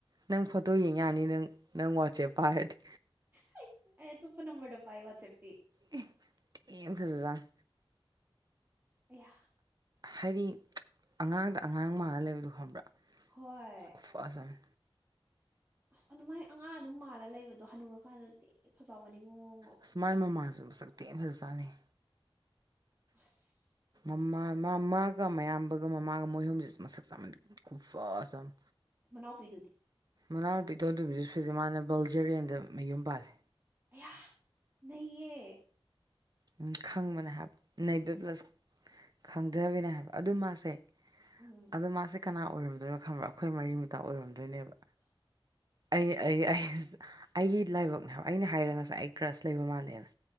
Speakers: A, on the right; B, on the right.
A: ꯅꯪ ꯐꯣꯇꯣ ꯌꯦꯡ ꯌꯥꯅꯤ ꯅꯪ ꯅꯪ ꯋꯥꯆꯦꯞ ꯄꯥꯏꯔꯗꯤ
B: ꯍꯩꯠ ꯑꯩ ꯑꯇꯣꯞꯄ ꯅꯝꯕ꯭ꯔꯗ ꯄꯥꯏ ꯋꯥꯆꯞꯇꯤ
A: ꯑꯦ ꯑꯦꯝ ꯐꯖꯖꯥꯅꯤ
B: ꯑꯌꯥ
A: ꯍꯥꯏꯗꯤ ꯑꯉꯥꯡꯗ ꯑꯉꯥꯡ ꯃꯥꯥꯜꯂ ꯂꯩꯕꯗꯣ ꯈꯪꯕ꯭ꯔꯥ
B: ꯍꯣꯏ
A: ꯨꯑꯁ ꯈꯨꯐꯖ ꯑꯃ
B: ꯑꯁ ꯑꯗꯨꯝꯥꯏ ꯑꯉꯥꯡ ꯑꯗꯨꯝ ꯃꯥꯜꯂ ꯂꯩꯕꯗꯣ ꯍꯅꯨꯔꯀꯥꯟꯗ ꯊꯤ ꯐꯖꯕꯅꯤꯉꯣ ꯉꯧ
A: ꯑꯁ ꯃꯥꯏ ꯃꯃꯥꯖꯨ ꯃꯁꯛꯇꯦꯟ ꯐꯖꯖꯥꯅꯤꯍꯦ
B: ꯑꯁ
A: ꯃꯥ ꯃꯥ ꯃꯥꯒ ꯃꯌꯥꯝꯕꯒ ꯃꯃꯥꯒ ꯃꯣꯏꯍꯨꯝꯖꯦ ꯃꯁꯛ ꯆꯞꯃꯟ ꯈꯨꯐꯖ ꯑꯃ
B: ꯃꯅꯥꯎꯄꯤꯗꯨꯗꯤ
A: ꯃꯅꯥꯎꯅꯨꯄꯤ ꯏꯇꯣꯟ ꯇꯣꯟꯕꯤꯖꯨ ꯐꯤꯖꯤꯃꯥꯜꯅ ꯕꯜꯖꯔꯤꯌꯦꯟꯗ ꯃꯌꯨꯝ ꯄꯥꯜꯂꯦ
B: ꯑꯌꯥ ꯅꯩꯌꯦ
A: ꯎꯝ ꯈꯪꯕꯅꯦ ꯍꯥꯏꯕ ꯅꯩꯕ ꯄ꯭ꯂꯁ ꯈꯪꯗꯕꯤꯅꯦ ꯍꯥꯏꯕ ꯑꯗꯨ ꯃꯥꯁꯦ
B: ꯎꯝ
A: ꯑꯗꯣ ꯃꯥꯁꯦ ꯀꯅꯥ ꯑꯣꯏꯔꯝꯗꯣꯏꯅꯣ ꯈꯪꯕ꯭ꯔꯥ ꯑꯩꯈꯣꯏ ꯃꯔꯤ ꯃꯇꯥ ꯑꯣꯏꯔꯝꯗꯣꯏꯅꯦꯕ ꯑꯩ ꯑꯩ ꯑꯩꯁ ꯑꯩꯒꯤ ꯂꯥꯏꯕꯛꯅꯦ ꯍꯥꯏꯕ ꯑꯩꯅ ꯍꯥꯏꯔ ꯉꯁꯥꯏ ꯑꯩ ꯀ꯭ꯔꯁ ꯂꯩꯕ ꯃꯥꯜꯂꯦꯅ